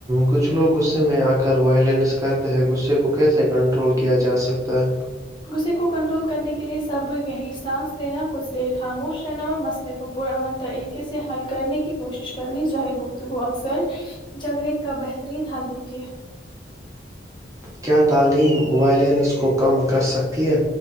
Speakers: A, on the right (about 15°); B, on the left (about 25°).
A: کچھ لوگ غصے میں آکر وائلنس کرتے ہیں غصے کو کیسے کنٹرول کیا جاسکتا ہے
B: غصے کو کنٹرول کرنے کے لئے صبر یہی سانس لینا کچھ دیر خاموش نور مسلے کو پرامن طریقے سے حل کرنے کی کوشش کرنی چاہے گفتگو اکثر جنگڑ کا بہترین حل ہوتی ہے
A: کیا تعلیم وائلینس کو کم کر سکتی ہے